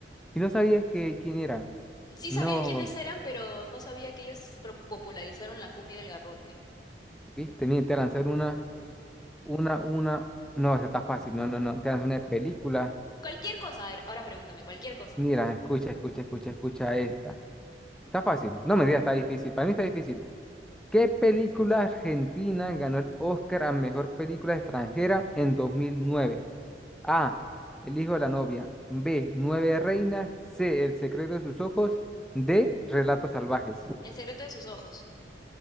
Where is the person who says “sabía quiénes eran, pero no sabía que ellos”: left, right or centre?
Left